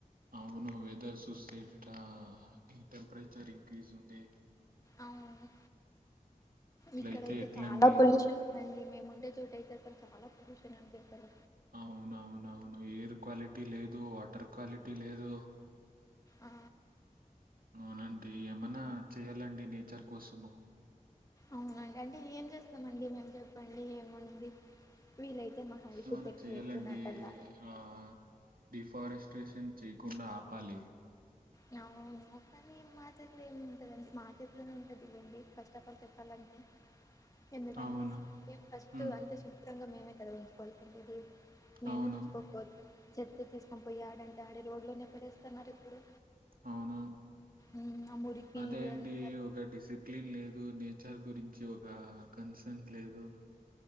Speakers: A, on the right (about 85°); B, on the left (about 25°).
A: అవును వెదర్ సుసే ఇట్లా టీ టెంపరేచర్ ఇంక్రీజ్ ఉంది
B: అవును
A: ఇట్లయితే
B: ఇక్కడైతే
A: ఎట్లండి
B: చాలా పొల్యూషన్ ఇందండి. మేము ముండే చోట అయితే అసలు చాలా పొల్యూషన్ ఉంది అసలు
A: అవునవునవును ఎయిర్ క్వాలిటీ లేదు, వాటర్ క్వాలిటీ లేదు.
B: ఆ
A: అవునండి ఏమన్నా చేయాలండి. నేచర్ కోసము
B: అవునండి అంటే ఏం చేస్తామండి. మేమ్ చెప్పండి ఏముంది. వీలైతే మహా అయితే
A: ఏవన్నా
B: చెట్లు
A: చేయాలండి
B: పెట్టుకునే అటల్లా
A: ఆ డిఫారెస్ ట్రేసిన్ చేయకుండా ఆపాలి.
B: నావు కానీ మా చేతిలో ఏమి ఉంటదండి. మా చేతిలోనే ఉంటదిలేండి. ఫస్ట్ ఆఫ్ ఆల్ చెప్పాలంటే. ఎందుకంటే
A: అవును
B: మేం ఫస్ట్
A: ఉమ్
B: అంతే శుభ్రంగా మేమే కదా ఉంచుకోవాల్సింది ఇది. మేమే
A: అవును
B: ఉంచుకోకపోతే చెత్త తీసుకొని పోయి యాడంటే ఆడే రోడ్ లోనే పడేస్తున్నారు. ఇప్పుడు
A: అవును
B: ఉమ్, ఆ మురికి
A: అదే అండి.
B: అంత
A: ఒక డిసిప్లేన్ లేదు నే చర్ గురించి ఒక కన్సంట్ లేదు.